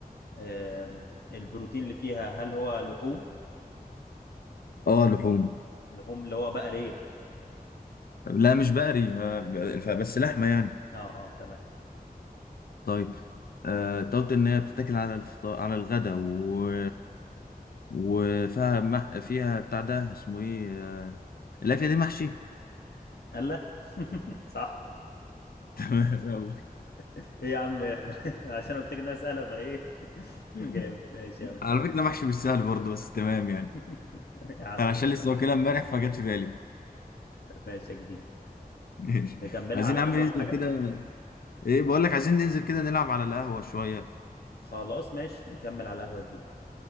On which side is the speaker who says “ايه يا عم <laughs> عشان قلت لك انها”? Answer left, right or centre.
Left